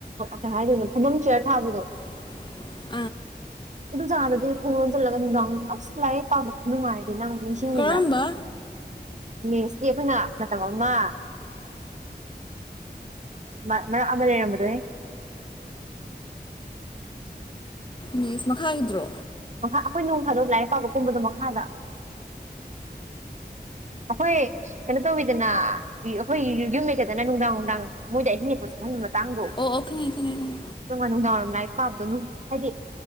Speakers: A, on the right; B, on the left.
A: ꯀꯩ ꯍꯥꯏꯗꯣꯏꯅꯣ ꯐꯝꯕꯝ ꯆꯤꯌꯔ ꯊꯥꯕꯗꯣ
B: <inaudible>
A: ꯑꯗꯨꯖꯥꯗꯨꯗꯤ ꯊꯣꯡ ꯂꯣꯟ ꯖꯜꯂꯒ ꯅꯨꯡꯗꯥꯡ ꯑꯁ ꯂꯥꯏꯔꯤꯛ ꯄꯥꯕ ꯈꯨꯅꯨꯡꯉꯥꯏꯗꯤ ꯅꯪ ꯅꯤꯡꯁꯤꯡꯉꯤꯕ꯭ꯔꯥ
B: ꯀꯔꯝꯕ
A: ꯃꯦꯁꯀꯤ ꯑꯩꯈꯣꯏꯅ ꯃꯇꯝ ꯑꯃꯥ ꯃꯔꯛ ꯑꯃꯥ ꯂꯩꯔꯝꯕꯗꯨ ꯍꯦ
B: ꯃꯦꯁ ꯃꯈꯥꯒꯤꯗ꯭ꯔꯣ
A: ꯃꯈꯥ ꯑꯈꯣꯏ ꯅꯣꯡꯐꯗꯣꯛ ꯂꯥꯏꯔꯤꯛ ꯄꯥꯕꯀꯨꯝꯕꯗꯣ ꯃꯈꯥꯗ ꯑꯩꯈꯣꯏ ꯀꯩꯅꯣ ꯇꯧꯋꯤꯗꯅꯥ ꯑꯩꯈꯣꯏ ꯌꯨꯝ ꯂꯩꯇꯗꯅꯥ ꯅꯨꯡꯗꯥꯡ ꯅꯨꯡꯗꯥꯡ ꯃꯣꯏꯗꯥ ꯑꯍꯤꯡ ꯂꯦꯛꯄꯥ ꯆꯠꯍꯟꯕꯥ ꯃꯇꯥꯡꯗꯣ
B: ꯑꯣ ꯑꯣ ꯈꯪꯉꯦ ꯈꯪꯉꯦ
A: <unintelligible> ꯅꯨꯡꯗꯥꯡ ꯋꯥꯏꯔꯝ ꯂꯥꯏꯔꯤꯛ ꯄꯥꯕꯗꯣ ꯍꯥꯏꯗꯤ